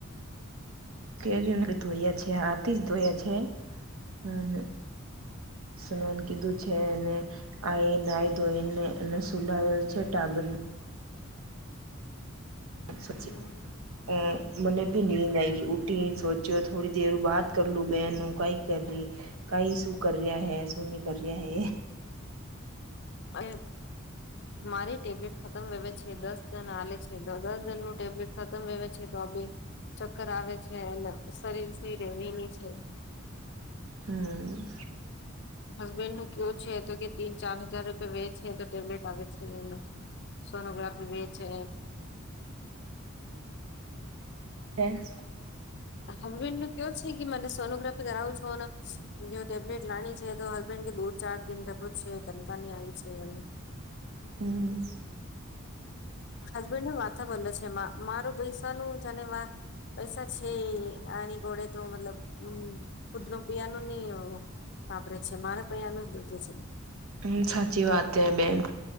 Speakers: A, on the right; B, on the left.
A: કેરી ધોયા છે હાથી જ ધોયા છે. અને સનન કીધું છે. અનેને આ એ નાય ધોઈને એ સુલાવ્યો છે. ટાબર હ સચી
B: હમ
A: અ મને ભી નનીંદ આય, ગ ઉઊઠી સોચ્યો થોડી દર બાદ કરલું બહેનું કાઈક કર ર કઈ શું કર રહ્યા હૈ શું નહી કર રહ્યા હ
B: અ મારી ટેબ્લેટ ખતમ વવે છે દસ દન આાલે છે. દા જન ન ટેબ્લેટ ખતમ વ છે. તો આે ચક્કર આવે છે, અને શરીરથી રેવીની છે.
A: હમ.
B: હસબેન્ડ નું કેવુ છે, તો કે તીન ચાર હજાર રૂપિયા વે છે તો ટેબ્લેટ આવે છે એને સોનોગ્રાફી વેચે
A: હે.
B: હસબેન્ડ નું કેવું છે, કે મને સોનોગ્રાફી કરાવું છો જો ટેબલેટ લાની છે, તો હસબન્ડ કે દો ચાર દિન ડબો છે, તનકાની આવી છે, એ
A: હમ.
B: હસબેન્ડ ની માથા બોલો છે, મારો પૈસા ન જાને પૈસા છે આની ગોડે તો મતલબ હમ ખુદ નુ પીવાનું નહી વાપરે છે મારે પ આનું જ દજે છે.
A: હમ સાચી વાત હૈ બેન.